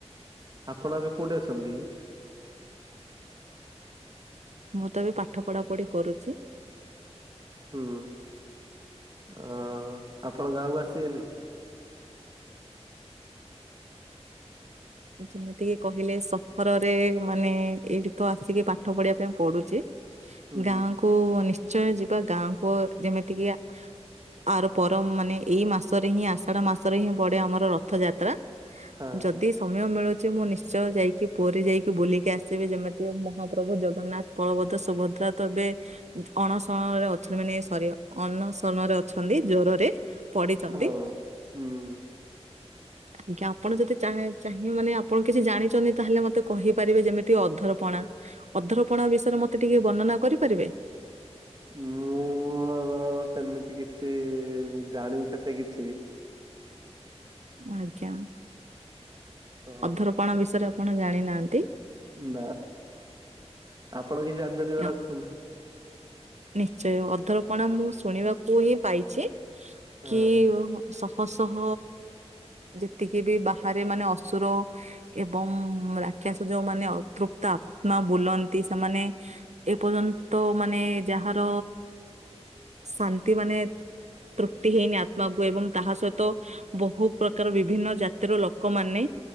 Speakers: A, on the right; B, on the right.
A: ଆପଣ ଏବେ କୋଉଠି ଅଛନ୍ତି କି? <unintelligible>
B: ମୁଁ ତ ଏବେ ପାଠ ପଢା ପଢି କରୁଛି।
A: ହୁଁ ଅ ଆପଣ ଗାଁକୁ ଆସିବେନି?
B: ଯେମିତିକି କହିଲେ ସହରରେ ମାନେ ଏଇଠି ତ ଆସିକି ପାଠ ପଢିବା ପାଇଁ ପଡୁଛି।
A: ହୁଁ
B: ଗାଁକୁ ନିଶ୍ଚୟ ଯିବା ଗାଁକୁ ଯେମିତିକି ଆର ପର ମାନେ ଏଇ ମାସରେ ହିଁ ଆଷାଢ ମାସରେ ହିଁ ପଡେ ଆମର ରଥଯାତ୍ରା।
A: ହଁ
B: ଯଦି ମିଳୁଚି ମୁଁ ନିଶ୍ଚୟ ଯାଇକି ପୁରୀ ଯାଇକି ବୁଲିକି ଆସିବି ଯେମିତି ମହାପ୍ରଭୁ ଜଗନ୍ନାଥ, ବଳଭଦ୍ର, ସୁଭଦ୍ରା। ସୁଭଦ୍ରା ତ ଏବେ ଅଣସରଣରେ ଅଛନ୍ତି ମାନେ ସରି ଅଣସରଣରେ ଅଛନ୍ତି ଜରରେ। ପଢିଛନ୍ତି
A: ହଁ ହୁଁ
B: ଆଜ୍ଞା ଆପଣ ଯଦି ଚାହାଁ ଚାହିଁ ମାନେ ଆପଣ କିଛି ଜାଣିଛନ୍ତି ତାହେଲେ ମତେ କହିପାରିବେ ଯେମିତି ଅଧରପଣା ଅଧରପଣା ବିଷୟରେ ମତେ ଟିକେ ବର୍ଣ୍ଣନା କରିପାରିବେ?
A: ମୁଁ ର ସେମିତି କି କିଛି ଜାଣିିନି ସେତେ କିଛି।
B: ଆଜ୍ଞା।
A: ତ
B: ଅଥରପଣା ବିଷୟରେ ଆପଣ ଜାଣିନାହାନ୍ତି।
A: ବା ଆପଣ କିଛି ଜାଣିଚନ୍ତି
B: ୟା,
A: ରଖନ୍ତୁ।
B: ନିଶ୍ଚୟ ଅଥର କଣା ମୁଁ ଶୁଣିବାକୁ ହିଁ ପାଇଛି
A: ହଁ।
B: କି ହସହ। ଯେତିକି ବି ବାହାରେ ମାନେ ଅସୁର ଏବଂ ରାକ୍ଷସ ଯୋଉ ମାନେ ଅତୃପ ତ ଆତ୍ମା ବୁଲନ୍ତି ସେମାନେ ଏ ପର୍ଯ୍ୟନ୍ତ ମାନେ ଯାହାର ଶାନ୍ତି ମାନେ
A: <unintelligible>
B: ତୃପ୍ତି ହେଇନି ଆତ୍ମାକୁ ଏବଂ ତାହା ସହିତ ବହୁ ପ୍ରକାର ବିଭିନ୍ନ ଜାତିର ଲୋକମାନେ